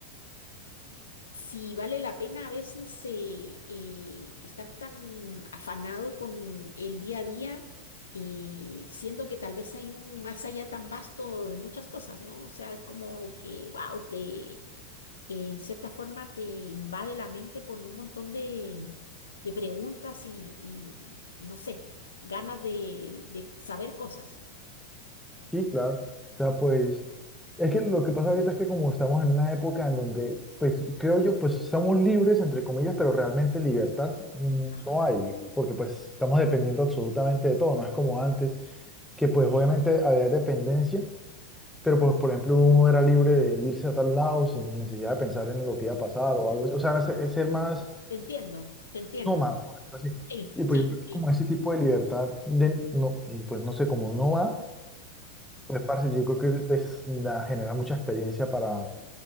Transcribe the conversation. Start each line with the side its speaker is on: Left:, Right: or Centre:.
Left: si vale la pena a veces eh, eh, estar tan afanado con el día a día, eh, siendo que tal vez hay un más allá tan vasto de muchas cosas, ¿no? O sea, es como que, wow, te eh, en cierta forma te invade la mente con un montón de, de preguntas y, y- y, no sé, ganas de, de saber cosas.
Centre: Sí, claro. O sea, pues es que lo que pasa ahorita es que como estamos en una época en donde, pues creo yo, pues somos libres, entre comillas, pero realmente libertad mm,
Left: Ajá.
Centre: no hay, porque pues estamos dependiendo absolutamente de todo, no es como antes, que pues obviamente
Left: Sí,
Centre: había dependencia, Pero,
Left: mm,
Centre: pues, por ejemplo, uno era libre de irse a tal lado sin necesidad de pensar en lo que iba a pasar o algo así. O sea, era es ser más
Left: Te entiendo, te entiendo.
Centre: nómada, por decirlo así.
Left: Sí,
Centre: Y pues
Left: sí,
Centre: yo creo que
Left: sí.
Centre: como ese tipo de libertad, de, no, pues no sé, como nómada, pues parce, yo creo que es- da- genera mucha experiencia para,